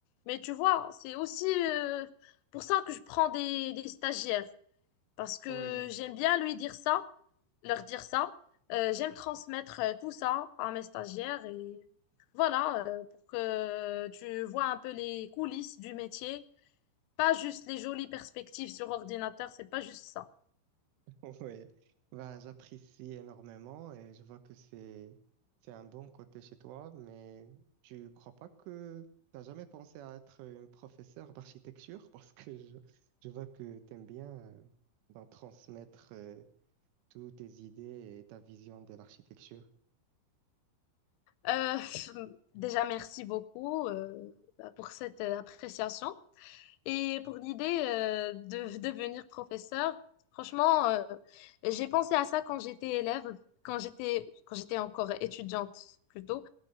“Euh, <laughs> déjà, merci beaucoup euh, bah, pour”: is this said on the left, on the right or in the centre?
Left